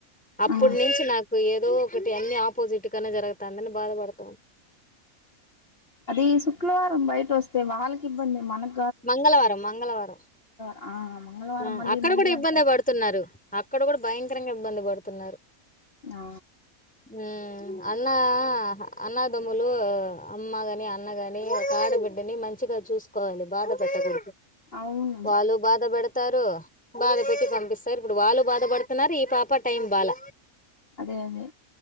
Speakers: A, in the centre; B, on the left (about 40°).
A: అప్పుడి
B: ఆ
A: నుంచి నాకు ఏదో ఒకటి అన్ని ఆపోజిట్ గనే జరుగుతాందని బాధపడతోంది
B: అది శుక్లవారం బయట వస్తే వాళ్ళకి ఇబ్బంది మనకి
A: మంగళవారం మంగళవారం
B: ఆ మంగళవారం
A: ఆ
B: మళ్ళీ
A: అక్కడ
B: మళ్ళీ
A: కూడా ఇబ్బందే
B: అంటారు
A: పడుతున్నారు అక్కడ కూడా భయంకరంగా ఇబ్బంది పడుతున్నారు
B: ఆ
A: హ్మ్. అన్న అన్నదమ్ములు అమ్మగాని అన్నగాని ఒక ఆడబిడ్డని మంచిగా చూసుకోవాలి బాధ పెట్టకూడదు
B: అవును
A: వాళ్ళు బాధ పెడత స్తారు బాధ పెట్టి పంపిస్తారు ఇప్పుడు వాళ్ళు బాధ పడుతున్నారు ఈ పాపా టైం బాల
B: అదే అదే